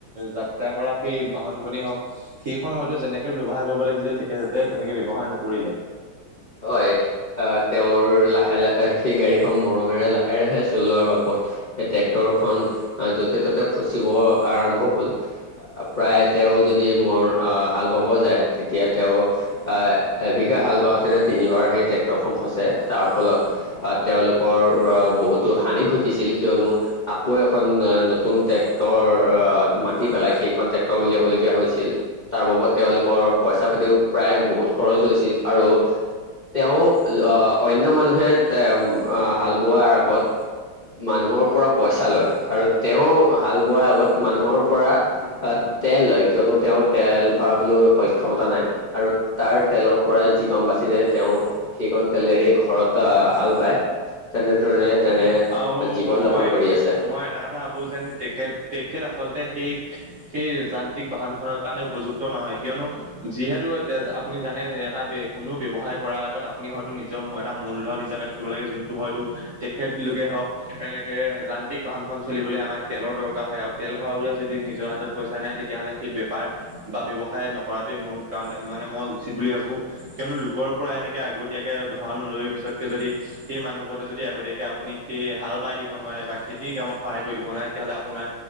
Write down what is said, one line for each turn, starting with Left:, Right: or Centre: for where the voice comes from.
Right: যাত্ৰা কৰা সেই বাহন খনে হওক সেই খন হয়তো যেনেকে ব্যৱহাৰ কৰিব লাগিছিল তেতিয়া তাতে তেনেকে ব্যৱহাৰ নকৰিলে।
Left: হয় আহ, তেওঁৰ লাহে-লাহে সেই গাড়ীখন মৰমেৰে লাহে-লাহে চলোৱাৰ বাবদ এ ট্ৰেক্টৰ খন য'তে ত'তে ফচিব আৰম্ভ হ'ল প্ৰায় তেওঁ যদি মোৰ আহ, হাল বাব যায় তেতিয়া তেওঁ আহ, এবিঘা হাল বাওঁতে তিনিবাৰ সেই ট্ৰেক্টৰখন ফচে তাৰ ফলত তেওঁলোকৰ বহুতো হানি ঘটিছি ল কিয়নো আকৌ এখন নতুন ট্ৰেক্টৰ মাতি পেলাই সেইখন ট্ৰেক্টৰ উলিয়াব লগা হৈছিল তাৰ বাবত তেওঁলোকৰ পইচা পাতিও প্ৰায় বহুত খৰচ হৈছিল আৰু তেওঁ আহ, অন্য মানুহে তে হাল বোৱাৰ আগত মানুহৰ পৰা পইচা লয় আৰু তেওঁ হাল বোৱাৰ আগত মানুহৰ পৰা আ তেল লয় কিয়নো তেওঁৰ তেল ভৰাবলৈ সক্ষমতা নাই আৰু তাৰ তেলৰ পৰাই যি গওঁ বাচি যায় তেওঁ সেইকণ তেলেৰে ঘৰত হাল বায় তেনেধৰণে তেনে
Right: আৰু
Left: জীৱন
Right: মই-মই
Left: যাপন কৰি আছে
Right: এটা কথা ভাবো যেন তেখেত- তেখেত আচলতে সেই-সেই যান্ত্ৰিক বাহন খনৰ কাৰণে উপযুক্ত নহয় কিয়নো যিহেতু তেজ আপুনি জান মানে এটা কোনো ব্যৱসায় কৰাৰ আগত আপুনি হয়তো নিজৰ এটা মূলধন হিচাপে থাকিব লাগে যোনটো হয়তো তেখেত লোকে হওক এনেকে যান্ত্ৰিক বাহন খন চলিবলৈ আমাক তেলৰ দৰকাৰ হয় আৰু তেল ভৰাবলৈ যদি নিজৰ হাতত পইচা নাই তেতিয়াহ'লে সেই বেপাৰ বা ব্যৱসায় নকৰাটোৱে মোৰ কাৰণে মানে মই উচিত বুলি ভাবো। কিয়নো লোকৰ পৰা এনেকে আগতীয়াকে ধন লৈ পিছতকে যদি সেই মানুহ ঘৰতে যদি আগতীয়াকে আপুনি সেই হাল বাই দিব নোৱাৰে বা খেতিৰ কামত সহায় কৰি দিব নোৱাৰে তেতিয়াহ'লে আপোনাৰ